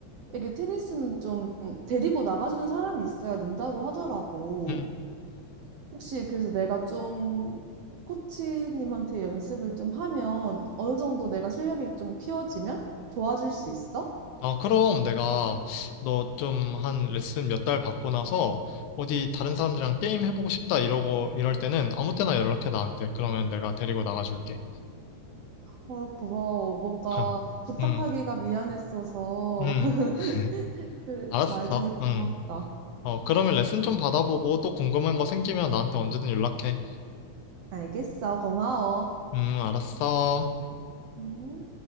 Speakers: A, on the right; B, on the left.
A: 이게 테니스는 좀 데리고 나가주는 사람이 있어야 는다고 하더라고.
B: 음, 음.
A: 혹시 그래서 내가 좀 코치님한테 연습을 좀 하면 어느 정도 내가 실력이 좀 키워지면 도와줄 수 있어?
B: 아, 그럼 내가 너 좀 한 레슨 몇 달 받고 나서 어디 다른 사람들이랑 게임 해보고 싶다 이러고 이럴 때는 아무 때나 연락해 나한테. 그러면 내가 데리고 나가줄게.
A: 어, 고마워. 뭔가
B: <laughs>
A: 부탁하기가
B: 응,
A: 미안했어서.
B: 응.
A: <laughs>
B: <laughs>
A: 그,
B: 알았어.
A: 말 주니까 고맙다.
B: 응. 어, 그러면 레슨 좀 받아보고 또 궁금한 거 생기면 나한테 언제든 연락해.
A: 알겠어. 고마워.
B: 음, 알았어.
A: 음.